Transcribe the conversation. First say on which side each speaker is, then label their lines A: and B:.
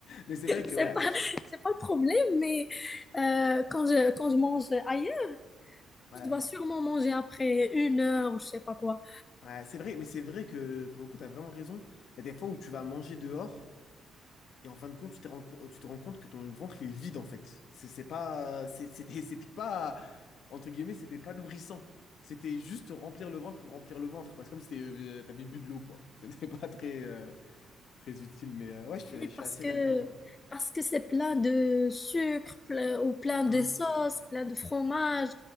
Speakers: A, on the left; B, on the left.
A: Mais c'est vrai que,
B: C'est
A: ouais,
B: pas,
A: c'est-
B: c'est pas le problème, mais euh, quand je, quand je mange ailleurs,
A: ouais,
B: je dois sûrement manger après une heure ou je sais pas quoi.
A: ouais, c'est vrai, mais c'est vrai que pour le coup, tu as vraiment raison. Il y a des fois où tu vas manger dehors et en fin de compte, tu te rends, co- tu te rends compte que ton ventre il est vide en fait. C'est c'est pas, c'est- c'était, <laughs> c'était pas, entre guillemets, c'était pas nourrissant. C'était juste remplir le ventre pour remplir le ventre, quoi. C'est comme si t'avais t'avais bu de l'eau, quoi. <laughs> C'était pas très, euh, très utile, mais euh, ouais, je,
B: Oui,
A: suis je suis
B: parce
A: assez
B: que
A: d'accord. euh.
B: parce que c'est plein de sucre plein- ou plein de
A: Mm,
B: sauce, plein de fromage.